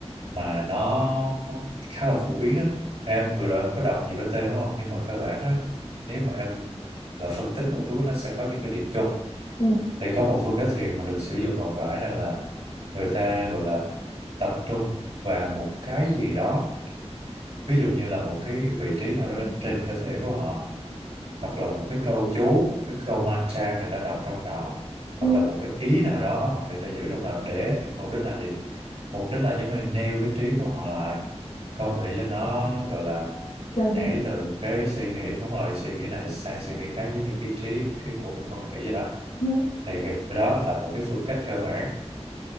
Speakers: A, on the right (about 65°); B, on the left (about 80°).
A: mà nó khá là phổ biến á em vừa rồi em có đọc nhiều cái tên đúng không nhưng mà cơ bản nó nếu mà em là phân tích một chút nó sẽ có những cái điểm chung
B: ừ
A: thì có một phương cách thiền mà được sử dụng rộng rãi này là người ta gọi là tập trung vào một cái gì đó ví dụ như là một cái vị trí nào đó trên cơ thể của họ hoặc là một cái câu chú cái câu mantra người ta đọc trong đầu hoặc
B: ừ,
A: là một cái ý nào đó mà người ta giữ trong đầu để mục đích là gì mục đích là giống như nêu cái trí của họ lại không để cho nó gọi là
B: cho đi
A: nhảy từ cái suy nghĩ đúng rồi suy nghĩ này sang suy nghĩ khác giống như cái trí cái của một con khỉ vậy đó
B: ừ
A: thì cái đó là một cái phương cách cơ bản